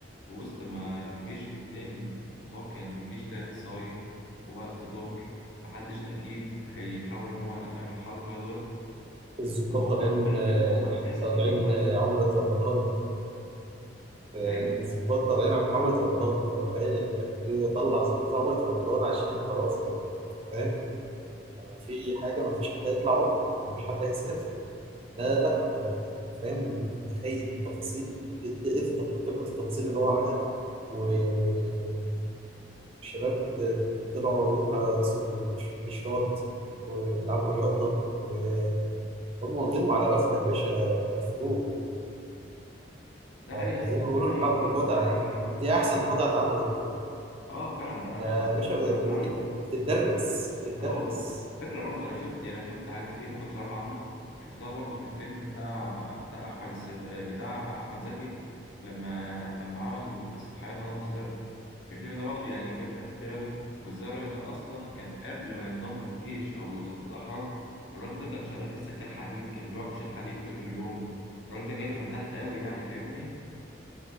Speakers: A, on the left; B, on the right.
A: في وسط ما الجيش التاني متوقع إن الجيش ده صايم ووقت ظهر محدش أكيد هيحاول إن هو يعمل حرب في دوت
B: الضباط
A: فهو
B: طالعين
A: خلى إن هو الناس
B: طالعين
A: تضرب في الوقت
B: عمرة
A: ده
B: رمضان آه،
A: أيوه
B: ظباط طالعين عملة رمضان انت متخيل يعني كان بيطلع ظباط عملة رمضان عشان خلاص آه، فاهم لو في حاجة ما فيش حد هيطلع عمره ما فيش حد هيسافر لا لا انا فاهم انت متخيل التفاصيل دقة التف- دقة التفاصيل اللي هو عملها و- و- والشباب آه، طلعوا يومها الصبح بالش- بالشراط وبيلعبوا رياضة وهم واخدينهم على غفلة يا باشا غفلوه
A: ده
B: فزي
A: حقيقي يا اسطى
B: ما بيقولوا
A: ده حقيقي
B: الحرب
A: فعلا
B: خدعة
A: ده
B: يعني
A: حقيقي
B: ودي أحسن خدعة اتعملت
A: أه فعلا ده من
B: ده يا
A: أحسن
B: باشا
A: الخدع اللي اتعملت
B: دي بتتدرس بتتدرس
A: أه والله فكرة برضو أنا شفت أنا شفت حاجات كتير ما كنتش أعرف عنه شفتها برضو في الفيلم بتاع بتاع أحمد السد... بتاع أحمد زكي لما لما عمل قصة حياة أنور السادات في الفيلم ده برضه يعني جاب حاجات كتير أوي وإزاي الراجل ده أصلا كان قبل ما ينضم للجيش أو لضباط الأحرار الراجل ده كان شغال في السكة الحديد كان بيقعد يشيل حديد طول اليوم الراجل ده جايبه من تحت أوي يعني فاهمني